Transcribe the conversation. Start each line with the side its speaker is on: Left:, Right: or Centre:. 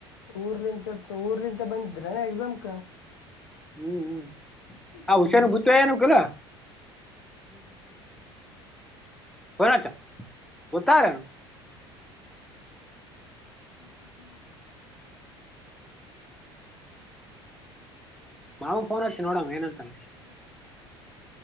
Left: ಉರ್ಲಿನಿಂದ ಊರ್ಲಿಂತ ಬಂದಿದ್ರ ಎಕ್ಸಾಮ್ಗೆ.
Centre: ಹ್ಮ್ ಹ್ಮ ಆ
Left: ಹ್ಮ್
Centre: ವಿಚಾರ
Left: ಹ್ಮ್
Centre: ಗೊತೆಯಿಲ್ಲ <unintelligible> <unintelligible> ಫೋನ್ ಹಚ್ಚು ಗೊತ್ತಾರೆ.
Left: ಹ್ಮ್ ಹ್ಮ್.
Centre: ಮಾವಗ ಫೋನ್ ಹಚ್ಚುನೋಡ್ ಏನಂತನೆ.
Left: <inaudible>